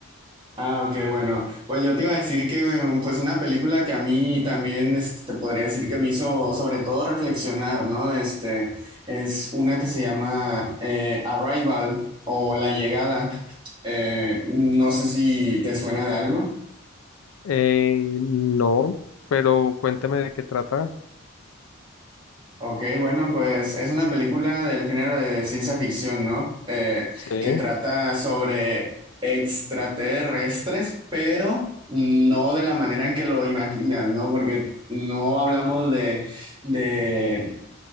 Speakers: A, on the right; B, on the left.
A: Ah, ok, bueno. Pues yo te iba a decir que eh, pues una película que a mí también este, te podría decir que me hizo sobre todo reflexionar, ¿no? Este es una que se llama eh, Arrival o La Llegada. Eh, no sé si te suena de algo.
B: Eh, no, pero cuéntame de qué trata.
A: Ok, bueno, pues es una película del género de ciencia ficción, ¿no? Eh,
B: Sí,
A: que trata sobre extraterrestres, pero no de la manera en que lo imaginas, ¿no? Porque no hablamos de, de,